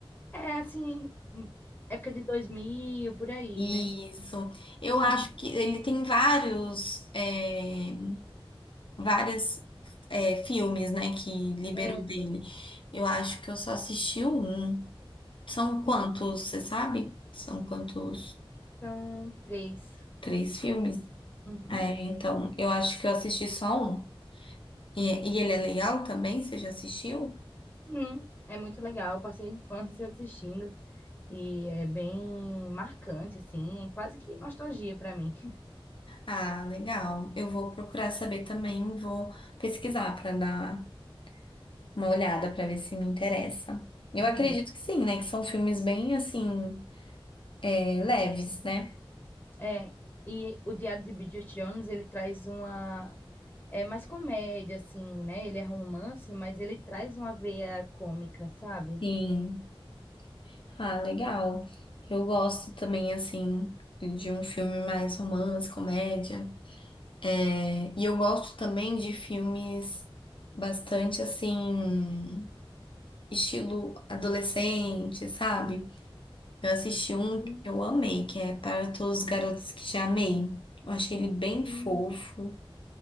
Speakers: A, on the left (about 25°); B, on the left (about 60°).
A: É assim, hum, época de 2000 por aí,
B: Isso.
A: né?
B: Eu acho
A: Uhum.
B: que ele tem vários, é, várias, é, filmes, né, que liberou
A: É,
B: dele. Eu acho que eu só assisti um. São
A: uhum.
B: quantos, você sabe? São quantos?
A: São três.
B: Três filmes?
A: Uhum.
B: É, então, eu acho que eu assisti só um. E, e ele é legal também? Você já assistiu?
A: Sim, é muito legal. Eu passei a infância <laughs> assistindo e é bem marcante, assim, quase que nostalgia pra mim. <laughs>
B: Ah, legal. Eu vou procurar saber também, vou pesquisar para dar uma olhada para ver se me interessa. Eu acredito
A: Uhum.
B: que sim, né? Que são filmes bem assim, é, leves, né?
A: É, e o Diário de Bridget Jones, ele traz uma... É mais comédia, assim, né? Ele é romance, mas ele traz uma veia cômica, sabe?
B: Sim. Ah, legal. Eu gosto também, assim, de um filme mais romance, comédia. É, e eu gosto também de filmes bastante assim, estilo adolescente, sabe? Eu assisti um
A: Sim,
B: que eu amei, que é Para Todos os Garotos que Já Amei. Eu achei ele bem
A: sim.
B: fofo.